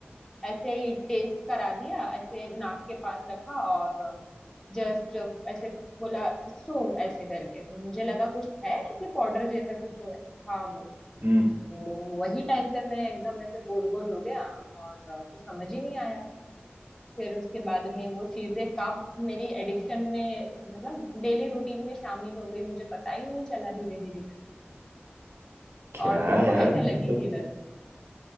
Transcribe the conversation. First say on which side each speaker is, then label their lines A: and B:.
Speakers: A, on the left (about 15°); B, on the right (about 80°).
A: ऐसे ही टेस्ट करा दिया ऐसे नाक के पास रखा और जस्ट ऐसे बोला सूंघ ऐसे करके तो मुझे लगा कुछ है ऐसे पाउडर जैसा कुछ हो है हाँ वो
B: हम्म
A: तो वही टाइम पे मैं एकदम ऐसे गोल गोल हो गया और कुछ समझ ही नहीं आया फिर उसके बाद में वो चीजें कब मेरी एडिक्शन में मतलब डेली रूटीन में शामिल हो गई मुझे पता ही नहीं चला धीरे धीरे करके
B: क्या
A: और तुमको
B: यार
A: कैसे लगी
B: मतलब
A: थी इधर